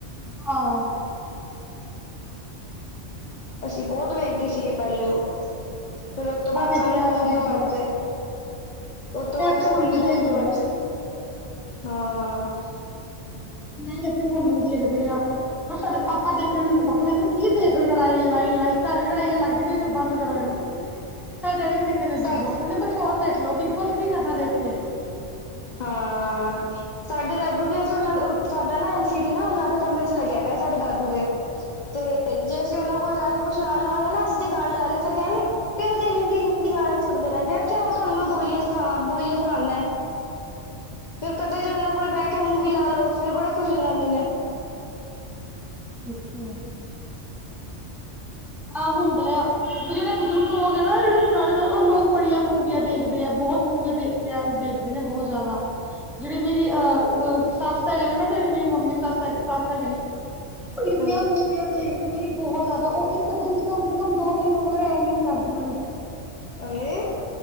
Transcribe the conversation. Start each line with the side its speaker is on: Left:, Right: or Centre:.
Centre: ਹਾਂ।
Left: ਅਸੀਂ ਬੋਤ ਵੇਖਦੇ ਸੀਗੇ ਪੈਲੇ ਓ, ਫੇਰ ਓ ਤੋ
Centre: ਮੈਂ
Left: ਬਾਦ
Centre: ਵੇਖਿਆ
Left: ਸਾਨੂੰ ਫੋਨ
Centre: ਬਿਗ
Left: ਦਵਾਤੇ
Centre: ਬੋਸ
Left: ਓਤੋ
Centre: ਤੇ
Left: ਬਾਦ
Centre: ਅਸੀਂ
Left: ਸਾਨੂੰ
Centre: ਹੁਣ ਵੀ
Left: ਫੋਨ
Centre: ਦੇਖਦੇ
Left: ਦਵਾਤੇ,
Centre: ਹਾਂ
Left: ਹਾਂ
Centre: ਨਈ, ਅਸੀਂ ਹੁਨ ਵੀ ਦੇਖਦੇ ਆ ਪਰ ਸਾਡੇ ਪਾਪਾ ਦੇਖਨ ਨੀ ਦਿੰਦੇ ਪਾਪਾ ਕਹਿੰਦੇ ਕੀ ਦੇਖੋ ਲੜਾਈ, ਲੜਾਈ, ਲੜਾਈ ਘਰੇ ਲੜਾਈਆਂ ਲੱਗ ਜਾਦੀਆਂ ਐਨੂੰ ਬੰਦ ਕਰੋ ਏਨੂੰ ਸਾਡੇ ਡੈਡੀ ਨੀ ਦੇਖਣ ਦੇਂਦੇ
Left: ਸਾ
Centre: ਬਿੱਗ-ਬੋਸ ਕੈਂਦੇ ਕੁੱਛ ਹੋਰ ਦੇਖ ਲੋੋ ਬਿਗ-ਬੋਸ ਕੀ ਕਰਨਾ ਦੇਖ ਕੇ
Left: ਹਾਂ। ਸਾਡੇ ਦਾਦੂ ਤੇ ਅਸੀ ਓਨਾਂ ਦੇ ਸਾਡਾ ਨਾ ਐਲ ਸੀ ਡੀ ਨਾ ਓਨਾਂ ਦੇ ਕਮਰੇ ਚ ਲੱਗੇਆ ਪੇਆ ਸਾਡੇ ਦਾਦੂ ਦੇ। ਤੇ ਜੇ ਅਸੀ ਓਨਾਂ ਕੋਲ ਜਾ ਕੇ ਕੁਛ ਚਲਾ ਲਵਾਂਗੇ ਨਾ ਅਸੀ ਜੇ ਗਾਨਾ ਲਾ ਲੀਏ ਫੇਰ ਕੈਨਗੇ, ਕੈਹੋ ਜੇ ਹਿੰਦੀ-ਹਿੰਦੀ ਗਾਨੇ ਸੁਨਦੇ ਰੈਂਦੇ ਓ। ਐਥੇ ਆਓ ਤਾਨੂੰ ਮੈ ਬੋਲੀਆਂ ਸਿਖਾਵਾਂ, ਬੋਲੀਆਂ ਸੁਨਾਂਦੈ ਫੇਰ ਕਦੇ ਜੇ ਓਨਾਂ ਕੋਲ ਬੈ ਕੇ ਮੂ ਮੂਵੀ ਲਾ ਲੋ ਫੇਰ ਬੜੇ ਖੁਸ਼ ਹੋ ਜਾਂਦੇ ਨੇ।
Centre: ਅੱਛੇਆ।
Left: <inaudible>
Centre: ਆ ਹੁੰਦੈ ਵੀ ਓ ਜੇੜੇ ਬਜ਼ੁਰਗ ਲੋਗ ਏ ਨਾ ਜੇੜੇ ਪੁਰਾਣੇ ਵਾਲੇ ਓ ਲੋਕ ਬੜੀਆਂ ਮੂਵੀਆਂ ਦੇਖਦੇ ਆ ਬੋਤ ਮੂਵੀ ਦੇਖੇਆ ਦੇਖ ਦੇ ਨੇ ਬਹੁ ਜਾਦਾ ਜੇੜੀ ਮੇਰੀ ਅ ਅ ਸੱਸ ਹੈਗੇ ਨੇ ਨਾ ਜੇੜੀ ਮੇਰੀ ਮੰਮੀ ਸੱਸ ਹੈਗੇ ਸੱਸ ਹੈਗੇ ਨੇ ਓ ਇੰਨੀਆਂ
Left: ਹਾਂਜੀ
Centre: ਮੂਵੀਆਂ ਦੇਖਦੇ ਨੇ, ਬਹੁ ਜ਼ਾਦਾ ਓ ਇੱਕ ਦਿਨ ਚ ਕਮ ਸੇ ਕਮ ਦੋ-ਤਿਨ ਮੂਵੀਆ ਦਾ ਐਂਡਿੰਗ ਕਰ ਦੇਂਦੇ ਨੇ।
Left: ਅਰੇ,